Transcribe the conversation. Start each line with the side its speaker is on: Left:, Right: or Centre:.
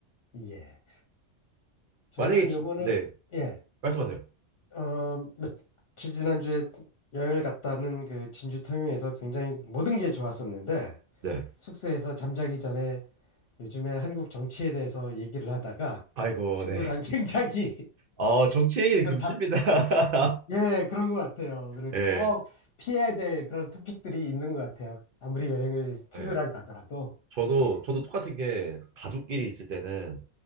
Left: 예. 저는
Right: 만약에 진,
Left: 요번에
Right: 네
Left: 예.
Right: 말씀하세요.
Left: 어, 며칠 지난주에 여행을 갔다는 그 진주 통영에서 굉장히 모든 게 좋았었는데
Right: 네.
Left: 숙소에서 잠자기 전에 요즘에 한국 정치에 대해서 얘기를 하다가
Right: 아이고
Left: 친구랑
Right: 네.
Left: <laughs> 굉장히
Right: 아 정치 얘기는
Left: 한번
Right: 금지입니다.
Left: 다,
Right: <laughs>
Left: 예, 그런 것 같아요. 그래,
Right: 예.
Left: 꼭 피해야 될 그런 토픽들이 있는 것 같아요. 아무리 여행을 친구랑
Right: 예.
Left: 가더라도.
Right: 저도
Left: 예.
Right: 저도 똑같은 게 가족끼리 있을 때는